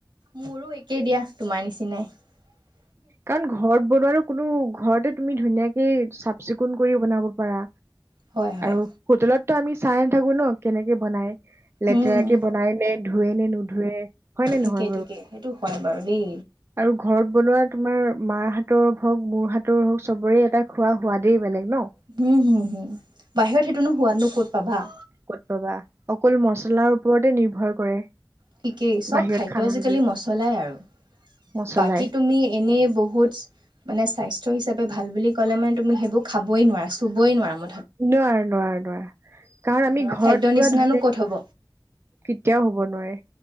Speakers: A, on the right (about 75°); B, on the right (about 35°).
A: মোৰো একেই দিয়া তোমাৰ নিচিনা। চিনাই।
B: কাৰণ ঘৰত বনোৱাৰো কোনো ঘৰতে তুমি ধুনীয়াকে চাফ চিকুণ কৰিও বনাব পাৰা।
A: হয় হয়।
B: আৰু হোটেলত ত আমি চাই নাথাকো ন কেনেকে বনাই। লেতেৰাকে
A: উম
B: বনাই নে ধোৱে নে নোধোৱে হয় নে
A: ঠিকে
B: নহয় বাৰু
A: ঠিকে সেইটো হয় বাৰু দেই
B: আৰু ঘৰত বনোৱা তোমাৰ মাৰ হাতৰ হওক মোৰ হাতৰ হওক চবৰে এটা খোৱা সোৱাদেই বেলেগ। ন
A: হম হুম হুম বাহিৰত সে তুনো হোৱাতনো ক'ত পাবা?
B: ক'ত পাবা অকল মচলাৰ ওপৰতে নিৰ্ভৰ কৰে।
A: ঠিকেই চব
B: বাহিৰত
A: খাদ্য
B: খানাবিলাক
A: আজিকালি মছলাই আৰু
B: মছলাই
A: বাকী তুমি এনেই বহুত মানে স্বাস থ হিচাপে ভাল বুলি ক'লেমানে তুমি সেইবোৰ খাবই নোৱাৰা চুবই নোৱাৰা ম
B: নোৱাৰো নোৱাৰো।। নোৱাৰা। কাৰণ আমি
A: ঘৰৰ
B: ঘৰত
A: খাদ্যৰ
B: পুৰা
A: নিচিনানো
B: ধুনীয়া
A: ক'ত হ'ব
B: কেতিয়াও হব নোৱাৰে